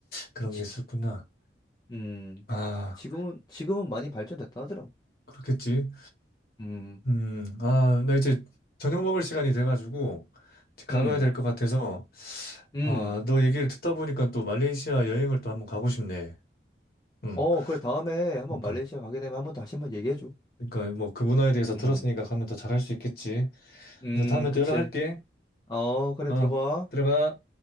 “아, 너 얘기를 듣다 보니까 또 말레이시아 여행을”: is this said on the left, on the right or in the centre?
Left